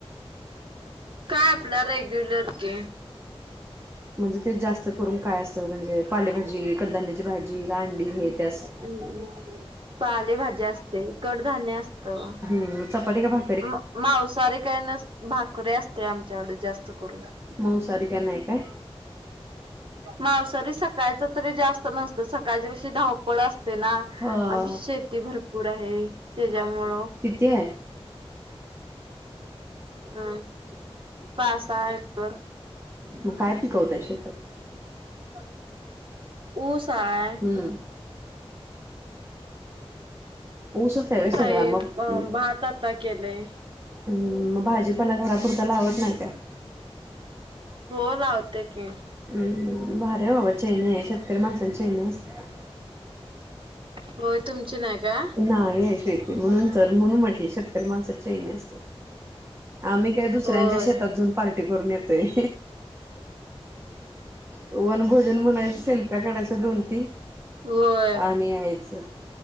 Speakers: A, on the right; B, on the right.
A: काय आपला रेग्युलर की.
B: म्हणजे ते जास्त करून काय असं म्हणजे पालेभाजी कडधान्याची भाजी राडी हे ते अस.
A: हम्म पालेभाज्या असते, कडधान्य असतं
B: हम, चपाती का भा
A: म मांसाहारी काय नस भाकरीे असत्या आमच्याकड जास्त करून.
B: मांसाहरी काय नाही काय?
A: मांसाहरी सकाळच तरी जास्त नसतं. सकाळची कशी धावपळ असते ना.
B: अ
A: शेती भरपूर आहे त्याच्यामुळं.
B: किती आहे?
A: हम् पाच-सहा एकर.
B: मग काय पिकवताय शेतात
A: <unintelligible> ऊस हाय.
B: हम्म. ऊसच व्हय
A: ऊस
B: सगळा
A: आहे.
B: मग
A: अ भात आता केलय.
B: हम, मग भाजीपाला घरापुरता लावत नाही काय?
A: हो, लावते की.
B: म भारी बाबा चेैनी आहे. शेतकरी माणसांची चैनी असत्या.
A: होय. तुमची नाही का?
B: नाही आहे शेती. म्हणून तर, म्हणून म्हटले शेतकरी माणसाची चैनी असत्या. आम्ही काय दुसऱ्यांच्या
A: होय.
B: शेतात जाऊन पार्टी करून येतोय. वनभोजन म्हणायच शेल्प्या काढायच्या दोन तीन
A: होय
B: आणि यायचं